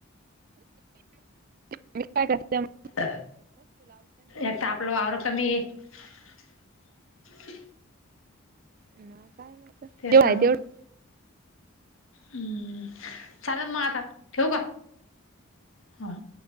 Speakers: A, on the right; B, on the left.
A: तुम्ही काय करताय मग <unintelligible>
B: अ एक <unintelligible> आपल वावर कमी आहे.
A: म्या काय म्हटलं?
B: तेच
A: जेवढं
B: ना
A: हाय
B: मग
A: तेवढं
B: हम्म, चालल मग आता ठेवू का. हा.